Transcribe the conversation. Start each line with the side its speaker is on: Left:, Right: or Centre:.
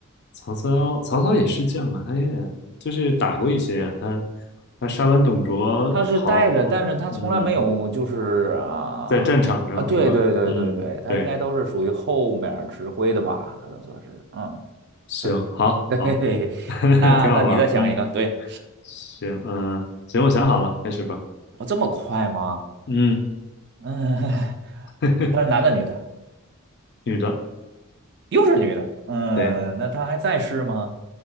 Left: 曹操，曹操也是将啊，他也就是打过一些啊，他他杀完董卓跑，
Right: 他是带着，
Left: 往嗯，
Right: 但是他从来没有就是啊啊，
Left: 在战场上是吧？
Right: 对对对对对，
Left: 嗯，
Right: 他应该都是属于后面儿指挥的吧，
Left: 对，
Right: 他的说是，嗯，
Left: 行，
Right: 对
Left: 好，
Right: <laughs> 对，
Left: 好，<laughs>
Right: 那那你再想一个，
Left: 挺好玩儿，嗯，
Right: 对
Left: 行，嗯，行，我想好了，开始吧，
Right: 我这么快吗？
Left: 嗯，
Right: 嗯，<laughs>
Left: <laughs>
Right: 他是男的女的，
Left: 女的，
Right: 又是女的，嗯，
Left: 对，
Right: 那他还在世吗？